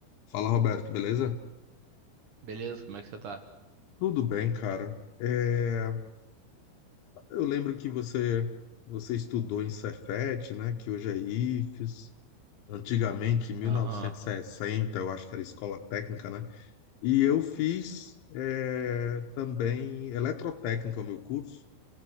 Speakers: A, on the left; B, on the right.
A: Fala, Roberto, beleza?
B: Beleza, como é que você tá?
A: Tudo bem, cara. É, eu lembro que você você estudou em Cefet, né? Que hoje é IFES. Antigamente, em mil
B: Aham,
A: novecentos e sessenta, eu acho que era escola técnica, né? E eu fiz é, também eletrotécnica, o meu curso.